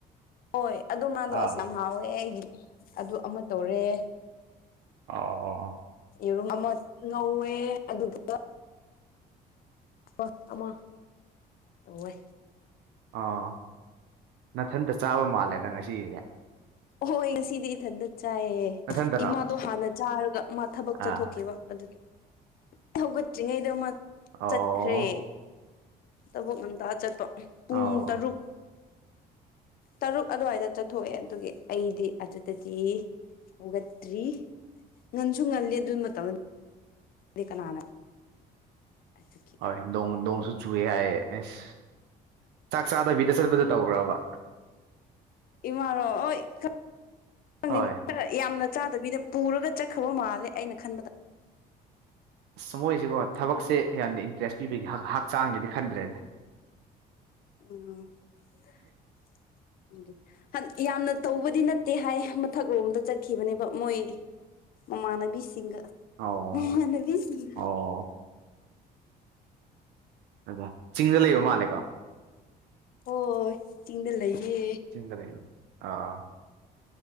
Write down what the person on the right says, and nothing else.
ꯑꯥ
<unintelligible>
ꯑꯥ ꯅꯥꯊꯟꯇꯥ ꯆꯥꯕ ꯃꯥꯜꯂꯦꯗ ꯉꯁꯤꯒꯤꯗꯤ
ꯅꯥꯊꯟꯇꯔꯣ
ꯑꯥ
ꯑꯣ
ꯑꯧ
<inaudible>
ꯍꯣꯏ ꯅꯣꯡ ꯅꯣꯡꯁꯨ ꯆꯨꯋꯦ ꯍꯥꯏꯌꯦ ꯑꯩꯁ ꯆꯥꯛ ꯆꯥꯗꯕꯤ ꯗꯦꯆꯠꯄꯗ ꯇꯧꯕ꯭ꯔꯥꯕ
ꯍꯣꯏ
ꯑꯁ ꯃꯣꯏꯁꯦꯀꯣ
ꯊꯕꯛꯁꯦ ꯌꯥꯟꯗ ꯏꯟꯇ꯭ꯔꯦꯁ ꯄꯤꯕꯒꯤ ꯍꯛ ꯍꯛꯆꯥꯡꯒꯤꯗꯤ ꯈꯟꯗ꯭ꯔꯦꯅꯦ
ꯑꯣ
ꯑꯣ ꯗꯨꯒꯥ ꯆꯤꯡꯗ ꯂꯩꯕ ꯃꯥꯜꯂꯦꯀꯣ
ꯆꯤꯡꯗꯥ ꯂꯩ ꯑꯥ